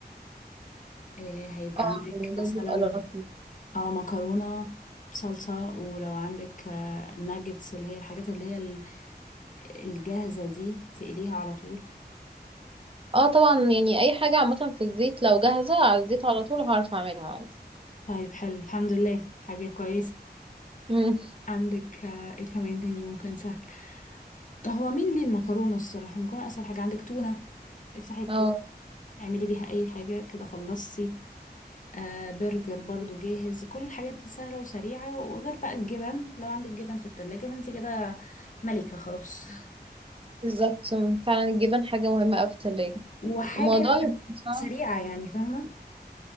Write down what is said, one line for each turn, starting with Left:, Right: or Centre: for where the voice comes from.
Left: آه، هيبقى
Right: اه
Left: عندك
Right: يعني ده
Left: مثلا
Right: بيبقى لطيف
Left: اه مكرونة بصلصة ولو عندك آه، ناجتس اللي هي الحاجات اللي هي ال- الجاهزة دي تقليها على طول
Right: اه طبعا يعني اي حاجه عامه في الزيت لو جاهزه على الزيت على طول هعرف اعملها عادي
Left: طيب حلو الحمد لله حاجة كويسة
Right: مم.
Left: عندك آه، ايه كمان تاني ممكن سهل هو مين ليه المكرونة الصراحة المكرونة أسهل حاجة عندك تونة افتحي التونة
Right: اه
Left: اعملي بيها أي حاجة كده خلصتي آه برجر برضو جاهز كل الحاجات دي سهلة وسريعة وغير بقى الجبن لو عندك جبن في التلاجة فانت كده ملكة خلاص
Right: بالظبط مم. فعلا الجبن حاجه مهمه قوي في التلاجة
Left: <laughs> وحاجة
Right: الموضوع يبقى صعب.
Left: سريعة يعني فاهمة